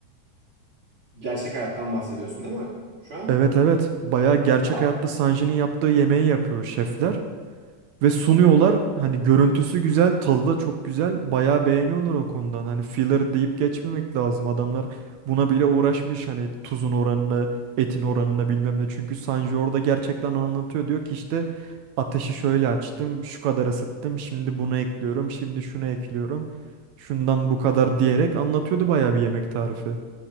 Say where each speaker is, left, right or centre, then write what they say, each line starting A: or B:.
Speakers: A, on the right; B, on the right.
A: Gerçek hayattan bahsediyorsun değil mi? Şu an?
B: Evet evet. Bayağı gerçek
A: Aa,
B: hayatta Sanji'nin yaptığı yemeği yapıyor şefler ve sunuyorlar. Hani görüntüsü güzel, tadı da çok güzel. Bayağı beğeniyorlar o konudan. Hani filler deyip geçmemek lazım. Adamlar buna bile uğraşmış hani tuzun oranına, etin oranına bilmem ne. Çünkü Sanji orada gerçekten anlatıyor. Diyor ki işte ateşi şöyle açtım, şu kadar ısıttım, şimdi bunu ekliyorum, şimdi şunu ekliyorum. Şundan bu kadar diyerek anlatıyordu bayağı bir yemek tarifi.